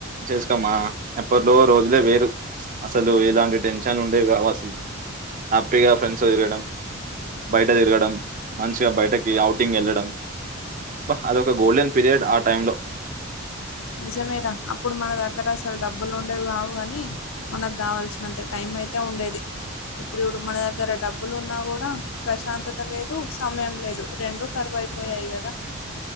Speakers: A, on the right; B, on the left.
A: చేసుకోమా ఎప్పట్లో రోజులే వేరు అసలు ఇలాంటి టెన్షన్లు ఉండేవి కావు అసలు హ్యాపీగా ఫ్రెండ్స్ తో తిరగడం బయట తిరగడం మంచిగా బయటకి ఔటింగ్ వెళ్ళడం అది ఒక గోల్డెన్ పీరియడ్ ఆ టైమ్ లో
B: నిజమే రా అప్పుడు మన దగ్గర అసలు డబ్బులు ఉండేవి కావు కాని మనకు కావాల్సినంత టైం అయితే ఉండేది ఇప్పుడు చూడు మన దగ్గర డబ్బులు ఉన్నా కూడా ప్రశాంతత లేదు సమయం లేదు రెండు కరువయిపో పోయాయి కదా